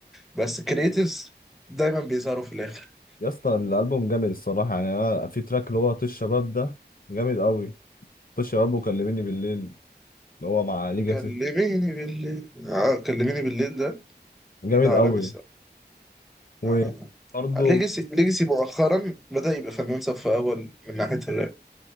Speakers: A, in the centre; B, on the left.
A: بس كريتيفز دايما بيظهروا في الاخر
B: يا اسطى الألبوم جامد الصراحة يعني أنا في تراك اللي هو طيش الشباب ده جامد قوي شباب وكلميني بالليل اللي هو مع ليجاسي
A: كلميني بالليل آه كلميني بالليل ده
B: جامد
A: ده عالمي
B: قوي
A: الصراحة
B: وبرضه
A: آه. ليجاسي ليجاسي مؤخرا بدأ يبقى فنان صف أول من ناحية الراب